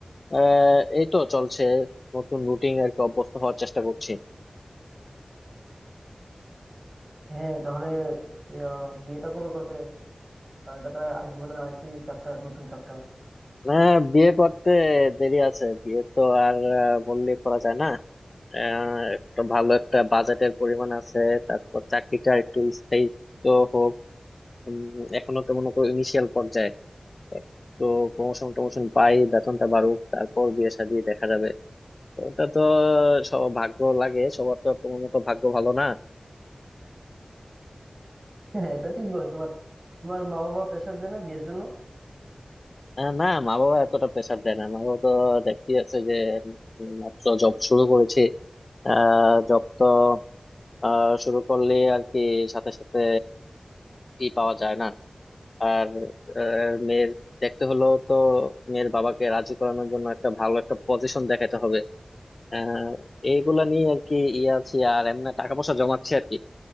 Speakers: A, on the left; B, on the right.
A: আহ, এই তো চলছে নতুন রুটিন আর কি অভ্যস্ত হওয়ার চেষ্টা করছি
B: হ্যাঁ তাহলে ইয়া, বিয়েটা কবে করবে কারণ এটা তো আর জীবনের আরেকটি চ্যাপ্টার নতুন চ্যাপ্টার
A: না বিয়ে করতে দেরি আছে বিয়ে তো আর আহ, বললে করা যায় না আহ একটা ভালো একটা বাজেটের পরিমাণ আছে তারপর চাকরিটা একটু স্থায়িত্ব হোক উম, এখনো তো মনে করো ইনিশিয়াল পর্যায়ে তো প্রমোশন টমোশন পাই বেতনটা বাড়ুক তারপর বিয়ে শাদী দেখা যাবে তো ওটা তো সব ভাগ্য লাগে সবার তো আর তোমার মতো ভাগ্য ভালো না
B: হ্যাঁ হ্যাঁ, এটা ঠিক বলেছো বাট তোমার মা বাবা প্রেশার দেয় না বিয়ের জন্য
A: আহ, না মা বাবা এতটা প্রেসার দেয় না মা বাবা তো দেখতে যাচ্ছে যে উম, মাত্র জব শুরু করেছি আহ জব তো আহ শুরু করলে আর কি সাথে সাথে ই পাওয়া যায় না আর আহ, মেয়ের দেখতে হলো তো মেয়ের বাবাকে রাজি করানোর জন্য একটা ভালো একটা পজিশন দেখাতে হবে আহ এইগুলা নিয়ে আর কি ইয়ে আছি আর এমনি টাকা পয়সা জমাচ্ছি আর কি